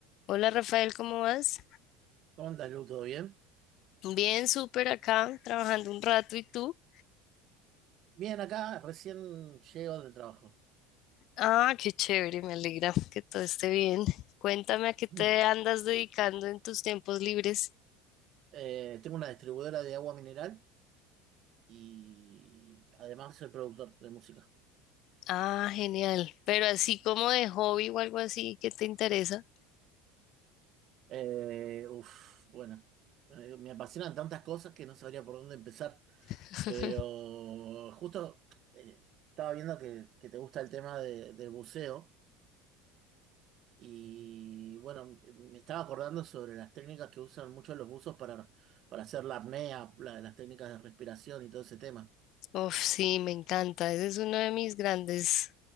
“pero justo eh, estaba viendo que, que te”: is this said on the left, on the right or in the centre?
Right